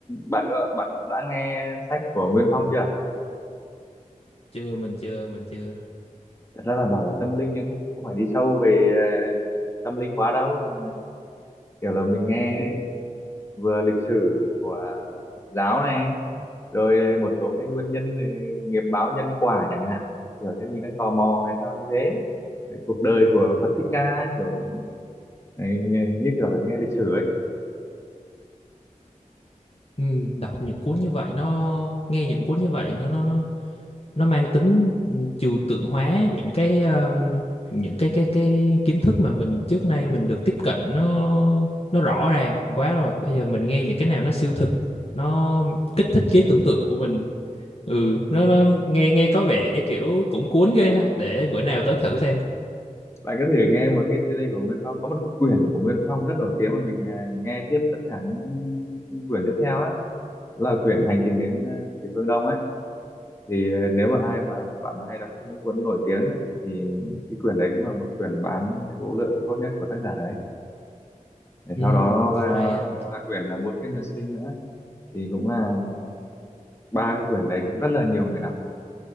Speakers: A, on the left (about 20°); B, on the left (about 45°).
A: bạn ờ, bạn đã nghe sách của Nguyên Phong chưa?
B: Chưa, mình chưa, mình chưa.
A: Thật ra là bảo là tâm linh nhưng không không phải đi sâu về ờ, tâm linh quá đâu. Kiểu là mình nghe vừa lịch sử của Phật giáo này, rồi một số cái nguyên nhân về nghiệp báo nhân quả chẳng hạn. Kiểu thế mình đang tò mò tại sao như thế. Cái cuộc đời của Phật Thích Ca kiểu ấy, như như kiểu là nghe lịch sử ấy.
B: Ừ, đọc những cuốn như vậy nó nghe những cuốn như vậy nó nó nó nó mang tính trừu tượng hóa những cái um, những cái cái cái kiến thức mà mình trước nay mình được tiếp cận nó nó rõ ràng quá rồi. Bây giờ mình nghe những cái nào nó siêu thực, nó kích thích trí tưởng tượng của mình ừ nó
A: Ừ.
B: nó nghe nghe có vẻ kiểu cũng cuốn ghê ha để bữa nào tớ thử xem
A: bạn có thể nghe một cái series của Nguyên Phong có một quyển của Nguyên Phong rất nổi tiếng mà mình à, nghe tiếp tất cả những quyển tiếp theo á là quyển Hành trình đến à, Thủy Phương Đông ấy thì à, nếu mà ai mà bạn mà hay đọc sách những cuốn nổi tiếng ấy, thì cái quyển đấy cũng là một quyển bán số lượng tốt nhất của tác giả đấy để
B: ừ
A: sau đó là
B: hay á
A: ba quyển là Muôn Kiếp Nhân Sinh nữa thì cũng là ba cái quyển đấy cũng rất là nhiều người đọc